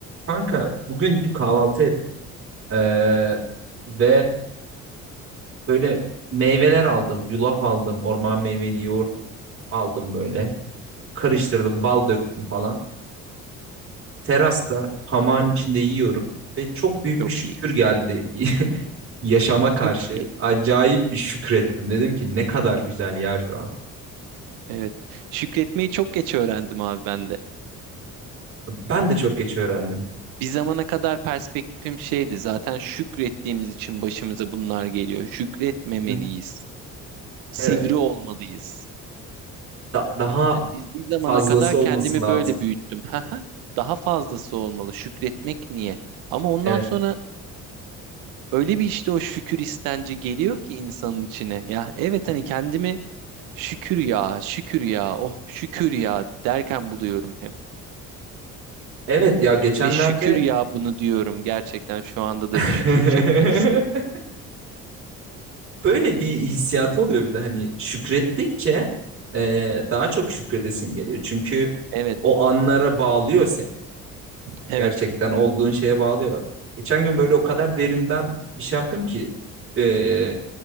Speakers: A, on the right; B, on the right.
A: Kanka bugün bir kahvaltı ettim. Ee, ve böyle meyveler aldım. Yulaf aldım. Orman meyveli yoğurt aldım böyle. Karıştırdım. Bal döktüm falan. Terasta hamağın içinde yiyorum. Ve çok büyük
B: Çok
A: bir şükür
B: iyi.
A: geldi <laughs> yaşama karşı.
B: Çok iyi.
A: Acayip bir şükrettim. Dedim ki ne kadar güzel ya şu an.
B: Evet. Şükretmeyi çok geç öğrendim abi ben de.
A: Ben de çok geç öğrendim.
B: Bir zamana kadar perspektifim şeydi. Zaten şükrettiğimiz için başımıza bunlar geliyor. Şükretmemeliyiz.
A: Hı,
B: Sivri
A: Evet.
B: olmalıyız.
A: Da- daha
B: Yani bir, bir zamana
A: fazlası
B: kadar
A: olması
B: kendimi
A: lazım.
B: böyle büyüttüm. <laughs> Haha, Daha fazlası olmalı. Şükretmek niye? Ama ondan
A: Evet.
B: sonra öyle bir işte o şükür istenci geliyor ki insanın içine. Ya evet hani kendimi şükür ya, şükür ya, oh şükür ya derken buluyorum hep.
A: Evet ya geçenlerde
B: Ve şükür ya bunu diyorum. Gerçekten şu anda
A: <laughs>
B: da bir şükür çekmek istedim.
A: Böyle bir hissiyatı oluyor bir de hani şükrettikçe e, daha çok şükredesin geliyor. Çünkü
B: Evet,
A: o anlara bağlıyor seni.
B: evet.
A: Gerçekten olduğun şeye bağlıyor. Geçen gün böyle o kadar derinden bir şey yaptım ki e,